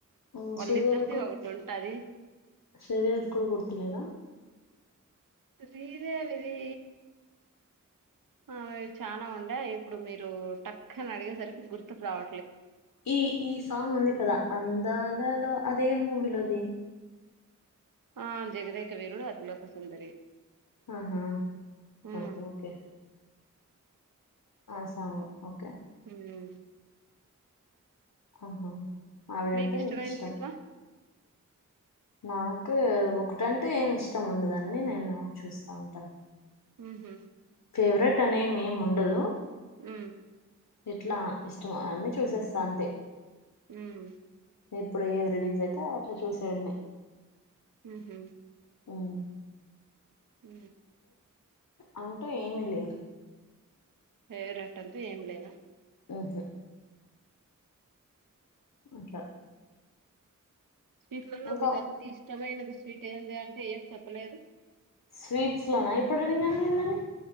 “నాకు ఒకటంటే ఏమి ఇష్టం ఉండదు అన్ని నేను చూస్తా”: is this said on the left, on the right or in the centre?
Left